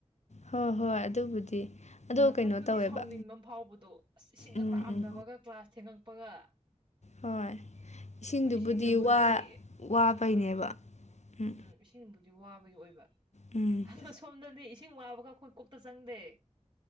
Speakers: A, on the left; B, on the right.
A: ꯍꯣ ꯍꯣꯏ ꯑꯗꯨꯕꯨꯗꯤ ꯑꯗꯣ
B: ꯉꯥꯛꯇꯪꯗꯨꯗꯤ
A: ꯀꯩꯅꯣ ꯇꯧꯋꯦꯕ
B: ꯁꯥꯎꯅꯤꯡꯕꯃ ꯐꯥꯎꯕꯗꯣ ꯑꯁ ꯏꯁꯤꯡꯒ
A: ꯎꯝ
B: ꯇꯥꯔꯝꯗꯕꯒ
A: ꯎꯝ
B: ꯀ꯭ꯂꯥꯁ ꯊꯦꯡꯉꯛꯄꯒ
A: ꯍꯣꯏ ꯏꯁꯤꯡꯗꯨꯕꯨꯗꯤ
B: ꯍꯣꯏ ꯏꯁꯤꯡꯗꯨꯕꯨꯗꯤ
A: ꯋꯥ ꯋꯥꯕꯩꯅꯦꯕ
B: ꯑꯥ
A: ꯎꯝ
B: ꯎꯝ ꯏꯁꯤꯡꯕꯨꯗꯤ ꯋꯥꯕꯒꯤ ꯑꯣꯏꯕ
A: ꯎꯝ
B: ꯑꯗꯣ ꯁꯣꯝꯗꯗꯤ ꯏꯁꯤꯡ ꯋꯥꯕꯒ ꯑꯈꯣꯏ ꯀꯣꯛꯇ ꯆꯪꯗꯦ